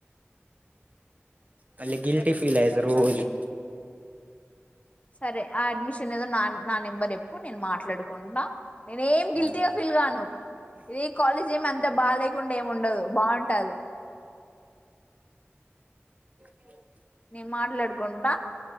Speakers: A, on the right; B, on the left.
A: మళ్ళి గిల్టీ ఫీల్ అయిత రోజు
B: సరే ఆ అడ్మిషన్ ఏదో న నా నెంబ్ నెంబర్ చెప్పు నేను మాట్లాడుకుంట నేనేం గిల్టిగ
A: మ్మ్
B: ఫీల్ కాను ఇది కాలేజ్ ఏమి అంత బాలేకుండా ఏం ఉండదు బాగుంటది
A: <inaudible>
B: నేను మాట్లాడుకుంట